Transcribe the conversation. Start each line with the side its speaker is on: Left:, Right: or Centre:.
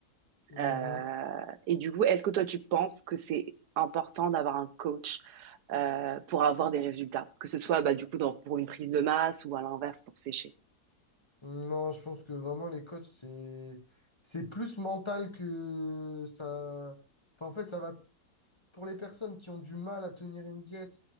Left: Mhm.
Right: Euh, et du coup, est-ce que toi, tu penses que c'est important d'avoir un coach euh, pour avoir des résultats, que ce soit bah, du coup dans- pour une prise de masse ou à l'inverse pour sécher?
Left: Non, je pense que vraiment les coachs, c'est c'est plus mental que ça. Enfin, en fait, ça va pour les personnes qui ont du mal à tenir une diète